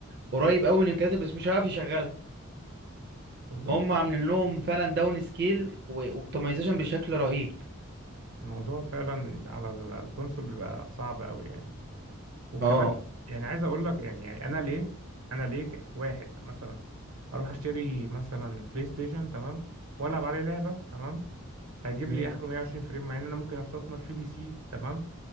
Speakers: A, on the right; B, on the right.
A: قريب قوي من الامكانيات بس مش عارف يشغلها
B: بالظبط
A: هم عاملين لهم فعلا داون سكيل واوبتمايزيشن بشكل رهيب
B: الموضوع فعلا على ال- الكونسول بيبقى صعب قوي يعني وكمان
A: اه
B: يعني عايز اقول لك يعني يعني انا ليه انا ليه ك- واحد مثلا اروح اشتري مثلا بلاي ستيشن تمام والعب عليه لعبه تمام هيجيب
A: امم
B: لي اخره 120 فريم مع ان انا ممكن استثمر في بي سي تمام